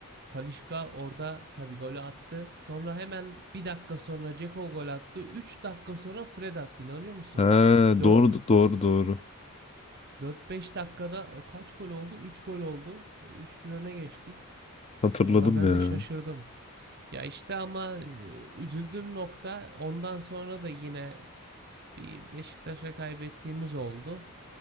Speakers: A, on the right (about 50°); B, on the left (about 30°).
A: Talisca orada tabii golü attı. Sonra hemen bir dakika sonra Dzeko gol attı. 3 dakika sonra Fred attı. İnanıyor musun?
B: Ha
A: 4
B: doğru doğru doğru.
A: Dört beş dakikada e, kaç gol oldu? 3 gol oldu. E, Üç bir öne geçtik.
B: Hatırladım
A: Valla ben
B: ya.
A: de şaşırdım. Ya işte ama e, üzüldüğüm nokta ondan sonra da yine bir Beşiktaş'a kaybettiğimiz oldu.